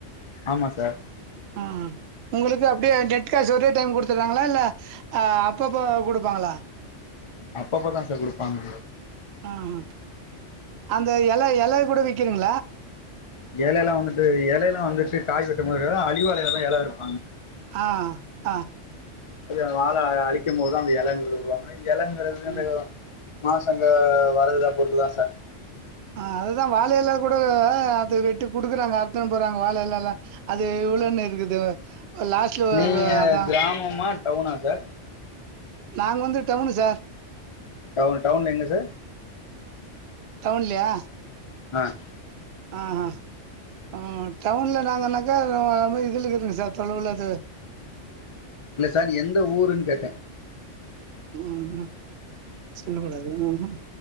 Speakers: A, on the left (about 45°); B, on the right (about 65°).
A: ஆமா சார்
B: ஆஹ் உங்களுக்கு அப்படியே நெட் காசு ஒரே டைம் கொடுத்துறாங்களா இல்ல அப்பப்போ கொடுப்பாங்களா
A: அப்ப அப்ப தான் சார் கொடுப்பாங்க
B: ஆஹ் ஹ் அந்த இலை இலை கூட வீக்குரிங்க
A: இலயல்லாம் வந்துட்டு இலயல்லாம் வந்துட்டு காய் வெட்ட மாரி இரு அழிவலை தான் இல இருக்கும்
B: ஆஹ் ஆஹ்
A: அது வாழ அழிக்கும் போதுதான் அந்த இலைங்கிறது வருவாங்க இலைங்கின்றது
B: ம்
A: இந்த மாசங்க வரறதுதா பொறுத்துதான் சார்
B: ஆஹ் அதுதான் வாழை இல கூட ஆஹ் அதுதான் வெட்டி குடுக்குறாங்க அர்த்துன்னு போறாங்க வாழைல்லல்லாம் அது இ்வளன்னு இருக்குது லாஸ்ட்ல
A: நீங்க
B: அதா
A: கிராமமா டவுனா சார்
B: நாங்க வந்து டவுனு சார்
A: டவுன் டவுன்ல எங்க சார்
B: டவுன்லயா
A: ஆஹ்
B: ஆஹ் ஆஹ் ஆஹ் டவுன்ல நாங்கனாக்கா இததுல இருக்குதுங்க சார் தொலவுலது
A: இல்ல சார் எந்த ஊருன் கேட்டேன்
B: உம் உம் சொல்ல கூடாது உம் உம்